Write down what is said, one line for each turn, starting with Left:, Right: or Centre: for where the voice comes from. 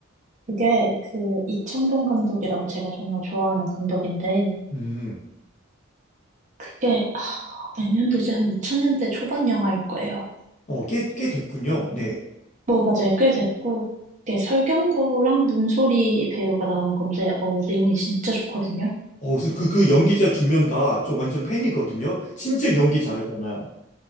Right: 그게 그 이창동 감독이라고 제가 정말 좋아하는 감독인데,
Left: 음,
Right: 그게, 아, 몇 년도지? 한 2000년대 초반 영화일 거예요.
Left: 어, 꽤, 꽤 됐군요. 네.
Right: 뭐, 맞아요. 꽤 됐고, 이게 설경구랑 문소리 배우가 나오는 건데, 어, 내용이 진짜 좋거든요.
Left: 어, 무슨 그, 그 연기자 두 명 다 저 완전 팬이거든요. 진짜 연기 잘하잖아요.